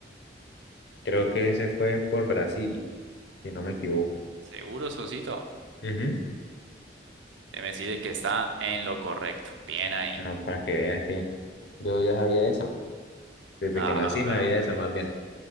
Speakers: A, on the left; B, on the right.
A: Creo que ese fue por Brasil. si no me equivoco.
B: Seguro, Sosito.
A: Ujú.
B: Debe decirle que está en lo correcto. Bien ahí.
A: Ah, para que veas que yo ya sabía eso. Desde
B: Ah,
A: que nací me
B: vea,
A: había
B: pues.
A: esa más bien.